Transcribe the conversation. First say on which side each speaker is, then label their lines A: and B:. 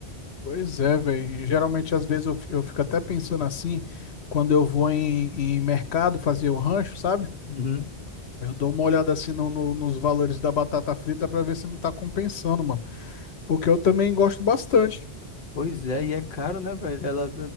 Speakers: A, on the left; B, on the left.
A: Pois é, velho. Geralmente, às vezes, eu, fi- eu fico até pensando assim, quando eu vou em, em mercado fazer o rancho, sabe?
B: Uhum.
A: Eu dou uma olhada assim no- no- nos valores da batata frita pra ver se não tá compensando, mano. Porque eu também gosto bastante.
B: Pois é, e é caro, né, velho? Ela,